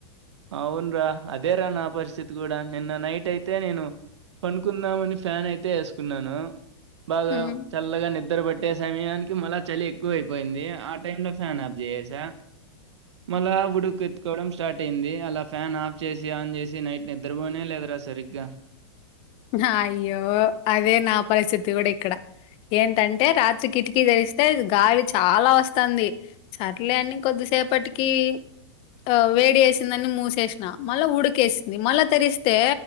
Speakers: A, on the right (about 75°); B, on the left (about 40°).
A: అవును రా. అదేరా నా పరిస్థితి కూడా నిన్న నైట్ అయితే నేను పనుకుందామని ఫ్యాన్ అయితే వేసుకున్నాను. బాగా
B: హ్మ్.
A: చల్లగాని నిద్ర పట్టే సమయానికి మళ్ళ చలి ఎక్కువ అయిపోయింది. ఆ టైంలో ఫ్యాన్ ఆఫ్ చేసేసా మళ్ళీ ఉడుకు ఎత్తుకోవడం స్టార్ట్ అయింది. అలా ఫ్యాన్ ఆఫ్ చేసి ఆన్ చేసి నైట్ నిద్రబోనే లేదరా సరిగ్గా.
B: హా అయ్యో అదే నా పరిస్థితి కూడా ఇక్కడ. ఏంటంటే రాత్రి కిటికీ తెరిస్తే గాలి చాలా వస్తాంది. సర్లే అని కొద్దిసేపటికి ఆ వేడి వేసిందని మూసేసిన మళ్ళా ఉడికేసింది. మళ్ళా తెరిస్తే